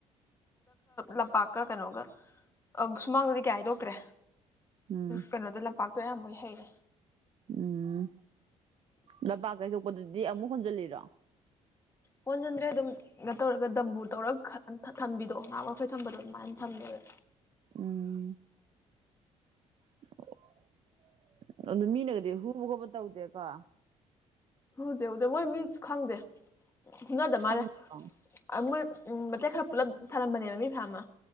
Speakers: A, on the left; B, on the right.
A: ꯂꯝꯄꯥꯛꯀ ꯀꯩꯅꯣꯒ ꯁꯨꯃꯥꯡꯗꯗꯤ ꯀꯌꯥ ꯍꯥꯏꯗꯣꯛꯇ꯭ꯔꯦ
B: ꯎꯝ
A: ꯀꯩꯅꯣꯗ ꯂꯥꯛ ꯄ ꯑꯗꯨꯌꯥꯝꯃ ꯍꯩꯔꯦ
B: ꯎꯝ ꯂꯄꯥ ꯀꯩꯁꯨ ꯀ ꯗꯤ ꯑꯃꯨꯛ ꯍꯣꯟꯖꯤꯜꯂꯤꯔꯣ
A: ꯍꯣꯟꯁꯤꯟꯗ꯭ꯔꯦ ꯑꯗꯨꯝ ꯅ ꯇꯧꯔꯒ ꯗꯝꯕꯨ ꯇꯧꯔꯒ ꯊꯝꯕꯤꯗꯣ ꯉꯥꯡ ꯋꯥꯈꯣꯏ ꯊꯝꯕꯗꯣ ꯑꯗꯨꯃꯥꯏꯅ ꯊꯝꯃꯦꯕ
B: ꯎꯝ <unintelligible> ꯑꯗꯨ ꯃꯟꯒꯗꯤꯦ ꯍꯨꯔ ꯍꯒꯣꯕ ꯇꯗꯦ ꯀꯀ
A: ꯍꯧꯗꯦ ꯍꯧꯗꯦ ꯃꯣꯏ ꯃꯤ ꯈꯪꯗꯦ ꯅꯗ
B: ꯁꯪꯕ꯭ꯔꯣ
A: ꯃꯥꯅ ꯃꯣꯏ ꯎꯝ ꯃꯇꯦꯛ ꯈꯔ ꯄꯨꯜꯂꯞ ꯁꯥꯔꯝꯕꯅꯦꯕ ꯃꯤ ꯐꯥ ꯑꯃ